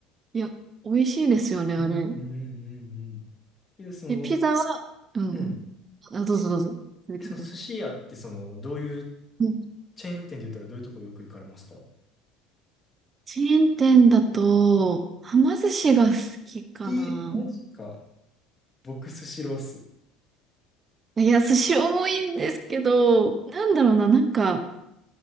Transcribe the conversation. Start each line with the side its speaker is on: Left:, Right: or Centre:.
Right: いや、美味しいですよね、あれ。
Left: うんうんうんうん。え、その、
Right: え、ピザは、うんうん。
Left: うん。
Right: あ、どうぞどうぞ。
Left: え、
Right: 続けてくださ
Left: その寿司屋ってその、どういう
Right: い。うん。
Left: チェーン店で言ったらどういうとこよく行かれますか
Right: チェーン店だと、はま寿司が好きかな。
Left: えーマジか。僕、スシローっす。
Right: いや、寿司重いんですけど、なんだろうな、なんか、